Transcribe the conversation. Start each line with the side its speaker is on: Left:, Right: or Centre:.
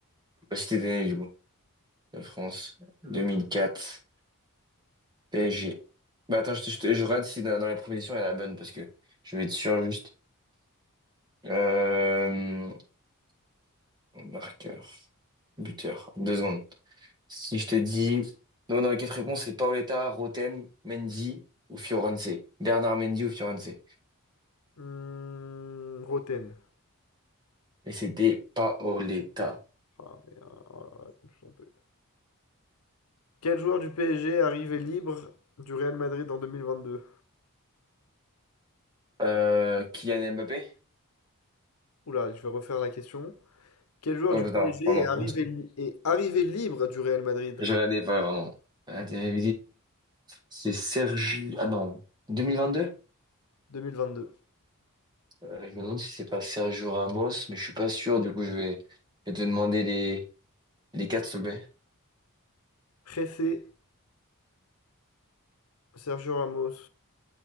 Right: Bah, c'était né du coup. De France 2004.
Left: Ouais.
Right: PSG. Bah attends, je, te- je, te- je regarde si dans, dans les propositions il y a la bonne parce que je vais être sûr juste. Euh, marqueur, buteur, deux secondes. Si je te dis. Non, dans les quatre réponses, c'est Paoletta, Roten, Mendy ou Fiorenze. Bernard Mendy ou Fiorenze.
Left: Hmm, Roten.
Right: Et c'était Paoletta.
Left: Ah, mais, ah, oh là là, je me suis trompé. Quel joueur du PSG est arrivé libre du Real Madrid en 2022?
Right: Euh, Kylian Mbappé?
Left: Oula, je vais refaire la question. Quel joueur
Right: Oh,
Left: du PSG
Right: non, pardon.
Left: est arrivé, li- est arrivé libre du Real Madrid
Right: Je regardais pas, pardon. Ah, t'avais C'est Sergi. Ah non. 2022?
Left: 2022?
Right: Euh, je me demande si c'est pas Sergio Ramos, mais je suis pas sûr. Du coup, je vais, je vais te demander les, les quatre sommets. <laughs>
Left: Pressé, Sergio Ramos,